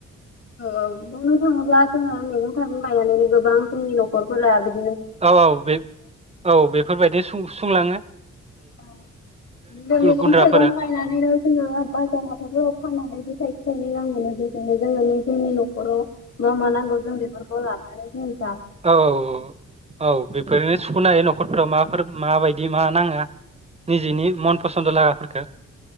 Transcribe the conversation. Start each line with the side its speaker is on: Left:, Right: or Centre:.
Left: औ बुंनो थाङोब्ला जोङो मैगं थाइगं गायनानै गोबां जोंनि नखरफोरा बिद
Right: औ औ बे औ बेफोरबायदि सुं-सुंलाङो।
Left: औ बिदिनो मैगं
Right: गुन्द्राफोरा
Left: थाइगं गायनानैनो जोङो बाजार हाथाइफोराव फाननानैबो थाइ थाइनै गाहाम मोनो बेजोंहाय जोङो निजेनि नखराव मा मा नांगौ जों बेफोरखौ लाबोनानै उम
Right: औ औ औ बेफोरनो सुखनो हायो नख खरफोराव माफोर माबायदि मा नाङो निजेनि मन फसन्द लागाफोरखौ